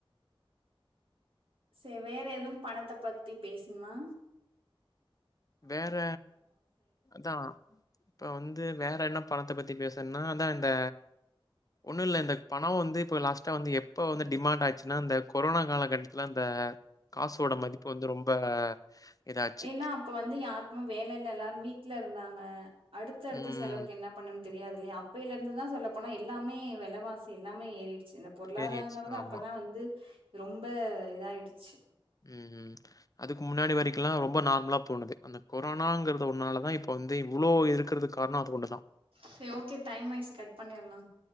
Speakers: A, on the right (about 75°); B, on the left (about 40°).
A: சே வேற எதுவு பணத்த பத்தி பேசுனுமா
B: வேற அதா இப்ப வந்து வேற என்ன பணத்த பத்தி பேசன்னா அதா இந்த ஒண்ணுல்ல இந்த பணோ வந்து இப்ப லாஸ்டா வந்து இப்ப வந்து டிமாண்ட் ஆயிச்சுன்னா இந்த கொரோனா காலகட்டத்துல அந்த காசோட மதிப்பு வந்து ரொம்ப இதாச்சு
A: ஏனா அப்ப வந்து யாருக்மும் வேல இல்ல எல்லாரு வீட்டுல இருந்தாங்க அடுத்த அடுத்த
B: ம்
A: செலவுக்கு என்ன பண்ணன் தெரியாது இல்லையா அப்பையிலருந்து தா சொல்லப் போனா எல்லாமே வெல வாசி எல்லாமே ஏறிட் சின்ன பொருளாதாரங்கறத
B: ஏறியாச்சு ஆமாம்
A: அப்பதா வந்து ரொம்ப இதாயிடுச்சு
B: ம் ம் அதுக்கு முன்னாடி வரைக்குல்லா ரொம்ப நார்மலா போனது அந்த கொரோனாங்கிறது ஒன்னாலதா இப்ப வந்து இவ்ளோ இருக்கிறதுக்கு காரணம் அது ஒன்று தான்
A: செரி ஓகே டைம் ஆயிச்சு கட் பண்ணிரலா